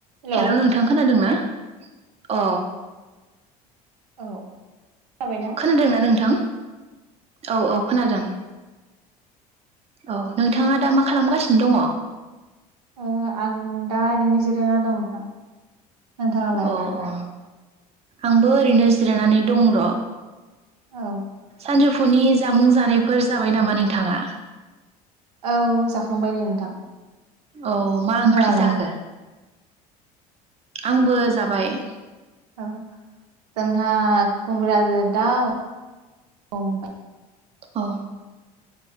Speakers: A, on the right; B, on the right.
A: Hello
B: hello नोंथां खोनादों ना? अ
A: औ जाबायना?
B: खोनादोंना नोंथां? औ औ खोनादों। औ नोंथाङा दा मा खालामगासिनो दङ?
A: ओ आं दा ओरैनो जिरायना दं नोंथां। नोंथाङालाय?
B: अ अ आंबो ओरैनो जिरायनानै दं र'।
A: औ
B: सानजौफुनि जामुं जानायफोर जाबाय नामा नोंथाङा?
A: औ जाखांबाय दे नोंथां।
B: औ मा
A: नोंथाङालाय?
B: ओंख्रि जाखो? आंबो जाबाय?
A: औ जोंहा खुमब्राजो दाउ।
B: औ।